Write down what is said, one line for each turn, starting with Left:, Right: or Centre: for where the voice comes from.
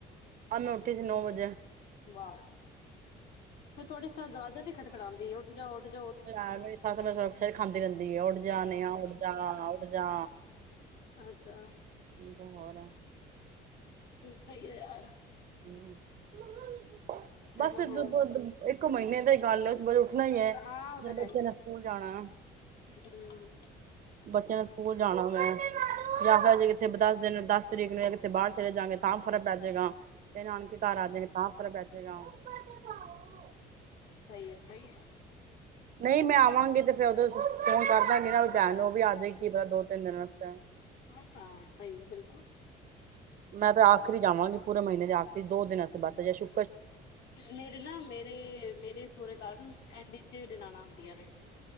Right: ਅ ਮੈ ਨੌ ਵਜੇ
Left: ਵਾਉ ਫੇਰ ਤੁਹਾਡੇ ਸਾਥ ਜਿਆਦਾ ਤੇ ਖਟ ਖੜਾਉਂਦੀ ਅ ਜ ਉਡ ਜ
Right: ਲੈ ਮੇਰੀ ਸੱਸ ਮੈਂ ਸ ਸਿਰ ਖਾਂਦੀ ਰਹਿੰਦੀ ਏ ਉੱਠ ਜਾ ਨੇ ਆ ਉੱਠ ਜਾ ਉੱਠ ਜਾ।
Left: ਅੱਛਾ।
Right: ਤਾਂ ਹੋਰ
Left: ਸਹੀ ਐ ਯਾਰ।
Right: ਹਂ
Left: ਚਲੋ
Right: ਬੱਸ <inaudible>
Left: ਹੋਰ
Right: ਇੱਕ ਮਹੀਨੇ ਦੀ ਗੱਲ ਏ ਵਜੇ ਉੱਠਣਾ ਈ ਐ,
Left: ਹਾਂ ਉਹ
Right: ਜਿਹਨੇ
Left: ਤਾਂ ਹੈ
Right: ਬੱਚੇ
Left: ਹੀ ਹੈ
Right: ਨੇ ਸਕੂਲ ਜਾਣਾ।
Left: ਹੂੰ
Right: ਬੱਚਿਆਂ ਨੇ ਸਕੂਲ ਜਾਣਾ ਵੈਂ ਜਾਂ ਫਿਰ ਜੇ ਕਿੱਥੇ ਦਸ ਦਿਨ ਦਸ ਤਰੀਕ ਨੂੰ ਕਿਥੇ ਬਾਹਰ ਚਲੇ ਜਾਗੇ ਤਾਂ ਫਰਕ ਪੈ ਜੇਗਾ। ਫੇਰ ਆਣ ਕੇ ਘਰ ਆ ਜਾਣਗੇ ਤਾਂ ਫੇਰ ਬੈਜੇਗਾ, ਉੱਪਰ ਤੇ ਪਾਉ।
Left: ਸਹੀ ਐ ਸਹੀ ਐ।
Right: ਨਹੀਂ ਮੈਂ ਆਵਾਂਗੀ ਤੇ ਫਿਰ ਉਹਦੋਂ ਫੋਨ ਕਰਦਾਂਗੀਂ ਆਪਣੀ ਪੈਣ ਨੂੰ ਉਹ ਵੀ ਆ ਜਾਏਗੀ ਕੀ ਪਤਾ ਦੋ ਤਿੰਨ ਦਿਨ ਵਾਸਤੇ
Left: ਆਆਂ ਹਾਂ ਸਹੀ ਐ ਬਿਲਕੁਲ।
Right: ਮੈਂ ਤਾਂ ਆਖਰੀ ਜਾਵਾਂਗੀ ਪੂਰੇ ਮਹੀਨੇ ਦੇ ਆਖਰੀ ਦੋ ਦਿਨਾਂ ਬੱਸ ਜਾਂ ਸ਼ੁ
Left: ਮੇਰੇ ਨਾ ਮੇਰੇ ਮੇਰੇ ਸਹੁਰੇ ਕਾਰਨ ਐਂਡੀਚ ਨਾਲ ਆਉਂਦੀਆਂ ਨੇ।